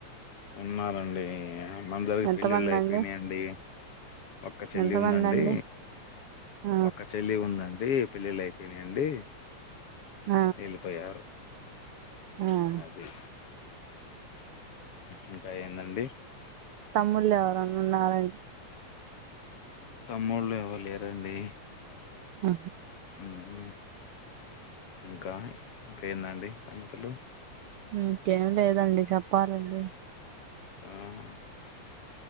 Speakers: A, on the left (about 55°); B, on the right (about 80°).
A: ఉన్నారండి మందరికి
B: ఎంతమంది
A: పెళ్ళిళ్ళు అయిపోయినయండి.
B: అండి
A: ఒక్క చెల్లి
B: ఎంతమంది
A: ఉందండి.
B: అండి ఆ
A: ఒక్క చెల్లి ఉందం డీ పెళ్లిల్లైపోయినయండి
B: ఆ
A: వెళ్ళిపోయారు.
B: ఆ
A: అది ఇంకా ఏందండి?
B: తమ్ముళ్ళు ఎవరన్న ఉన్నారండి.
A: తమ్ముళ్ళు ఎవర్ లేరండి.
B: అ
A: మ్ హ్ ఇంకా ఇంకేందండి సంగతలు
B: ఇంకేం లేదండి చెప్పాలండి.
A: ఆహ